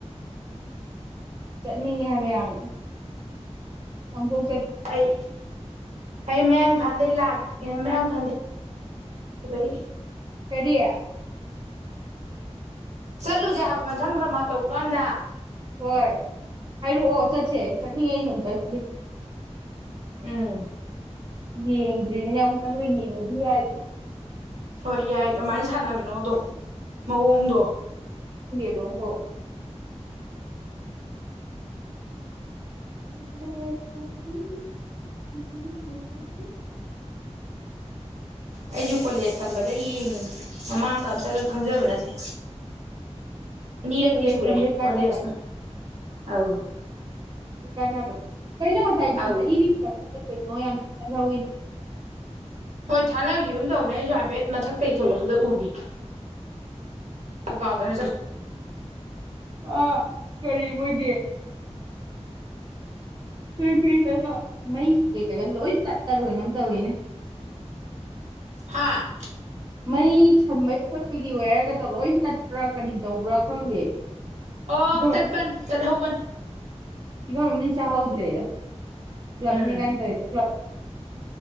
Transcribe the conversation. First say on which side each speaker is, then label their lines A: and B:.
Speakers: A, on the right (about 40°); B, on the right (about 80°).
A: ꯆꯠꯅꯤꯡꯉꯦ ꯍꯥꯏꯕ ꯌꯥꯝꯅ ꯑꯝꯕꯧ
B: ꯑꯩ ꯑꯩ ꯃꯌꯥꯡ ꯏꯝꯐꯥꯟ ꯗꯩ ꯂꯥꯛ ꯃꯌꯥꯡ ꯏꯝꯐꯟ ꯗꯩ
A: ꯀꯔꯤ
B: ꯆꯠꯂꯨꯁꯦ ꯍꯥꯏꯕ ꯃꯊꯪ ꯗ꯭ꯔꯃꯥ ꯇꯧꯕ ꯀꯥꯟꯗ
A: ꯍꯣꯏ ꯍꯥꯏꯔꯛꯑꯣ ꯆꯠꯁꯦ ꯆꯠꯅꯤꯡꯉꯦ ꯑꯩꯁꯨ ꯑꯝꯇꯪꯗꯤ
B: ꯎꯝ
A: ꯌꯦꯡꯗ꯭ꯔꯤꯕꯅꯤꯅ ꯑꯃꯨꯛꯇꯪꯒ ꯌꯦꯡꯉꯨꯕꯗꯤ ꯌꯥꯏꯗꯅ
B: ꯍꯣꯏ ꯌꯥꯏ ꯀꯃꯥꯏꯅ ꯁꯥꯟꯅꯕꯅꯣꯗꯣ ꯃꯑꯣꯡꯗꯣ
A: ꯂꯣꯡꯕꯣ <unintelligible>
B: ꯑꯩꯁꯨ ꯀꯣꯂꯦꯖ ꯇꯝꯕꯗ ꯌꯦꯡꯉꯤꯅꯦ ꯃꯃꯥꯡꯗ ꯑꯝꯇꯒ ꯈꯪꯖꯕ ꯅꯠꯇꯦ ꯑꯅꯤꯔꯛꯇꯤ
A: ꯀꯣꯂꯦꯖ
B: ꯁꯨꯔꯦ
A: ꯇꯝꯕꯩ ꯀꯥꯟꯅꯕ
B: ꯀꯣꯂꯦꯖꯅ ꯑꯧ
A: ꯀꯥꯟꯅꯕ ꯀꯩꯅ ꯉꯁꯥꯏꯗꯣ
B: ꯑꯧ
A: <unintelligible> ꯀꯩꯅꯣ ꯌꯥꯝ ꯊꯦꯠꯍꯧꯋꯤ
B: ꯊꯥꯅꯒꯤꯒꯨꯝ ꯇꯧꯕꯅꯦ ꯑꯩꯁꯨ ꯍꯥꯏꯄꯦꯠ ꯃꯊꯛꯇꯩ ꯊꯣꯛꯂꯛꯄꯗ ꯎꯒꯤ ꯃꯨꯛ ꯀꯥꯎꯗꯅ ꯆꯠ
A: ꯑꯥ ꯀꯔꯤ ꯑꯣꯏꯒꯦ ꯀꯩꯀꯩ ꯃꯩ ꯀꯩꯗ ꯃꯩ ꯂꯣꯏ ꯇꯠꯂ ꯀꯩꯅꯣꯝ ꯇꯧꯔꯦꯅꯦ
B: ꯍꯥꯥ
A: ꯃꯩ ꯁꯝꯕꯒꯤ ꯈꯣꯠꯄꯒꯤ ꯋꯦꯌꯔꯒꯗꯣ ꯂꯣꯏ ꯇꯠꯄ꯭ꯔꯥ ꯀꯔꯤ ꯇꯧꯕ꯭ꯔꯥ ꯈꯪꯗꯦ
B: ꯑꯣ
A: ꯐꯤꯕꯝ
B: ꯇꯠꯄꯟ ꯇꯠꯍꯧꯕꯟ
A: ꯐꯤꯚꯝ ꯑꯝꯗꯤ ꯆꯥꯍꯧꯗ꯭ꯔꯦꯗ ꯀ꯭ꯂꯞꯅꯤ
B: ꯎꯝ
A: ꯀꯥꯏꯅ ꯇꯧꯔꯤꯗꯣ